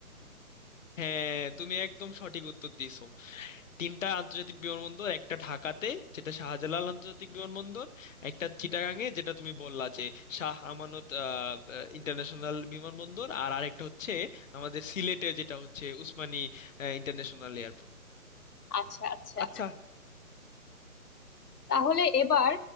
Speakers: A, on the left; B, on the left.
A: হ্যাঁ তুমি একদম সঠিক উত্তর দিছো তিনটা আন্তর্জাতিক বিমানবন্দর একটা ঢাকাতে যেটা শাহজালাল আন্তর্জাতিক বিমানবন্দর একটা চিটাগাং এ যেটা তুমি বললা যে শাহ আমানত ইন্টারন্যাশনাল বিমানবন্দর আর আরেকটা হচ্ছে আমাদের সিলেটে যেটা হচ্ছে উসমানী ইন্টারন্যাশনাল এয়ারপোর্ট
B: আচ্ছা আচ্ছা
A: আচ্ছা
B: তাহলে এবার